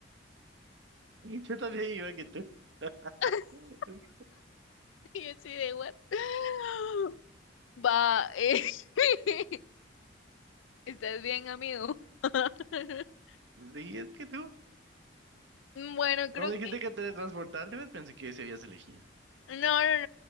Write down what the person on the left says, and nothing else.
<laughs>
Y así de what? <gasps> Va, eh, <laughs> ¿Estás bien, amigo? <laughs>
Bueno, creo
que
No, no,